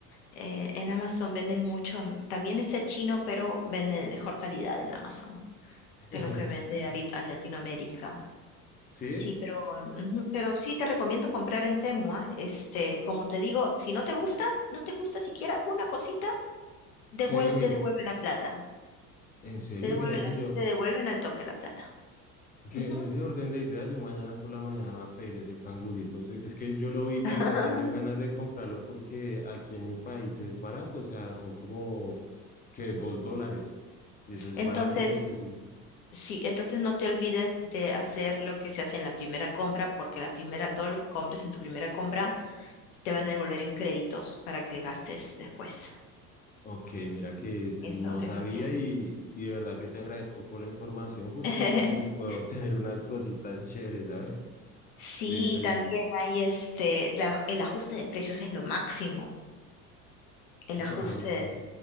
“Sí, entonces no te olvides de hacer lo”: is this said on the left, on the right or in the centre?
Left